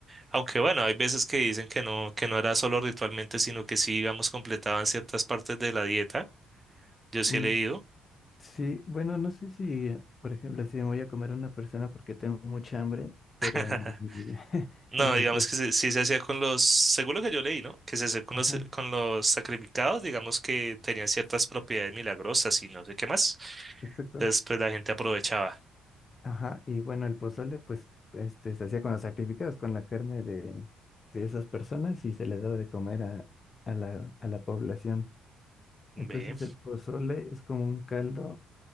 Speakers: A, on the right; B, on the left.
A: aunque bueno, hay veces que dicen que no, que no era solo ritualmente, sino que sí, digamos, completaban ciertas partes de la dieta. Yo sí
B: Mm,
A: he leído.
B: Sí, bueno, no sé si, por ejemplo, si me voy a comer a una persona porque tengo mucha hambre, pero
A: <laughs>
B: en, el- <laughs>
A: No,
B: en
A: digamos
B: el pozole.
A: que se- sí se hacía con los, según lo que yo leí, ¿no? Que se hacía con
B: Ajá,
A: los, con los sacrificados, digamos que tenían ciertas propiedades milagrosas y no sé qué más.
B: exacto.
A: Entonces, pues la gente aprovechaba.
B: Ajá, y bueno, el pozole, pues, este, se hacía con los sacrificados, con la carne de, de esas personas y se les daba de comer a, a la, a la población.
A: Ve,
B: Entonces el pozole es como un caldo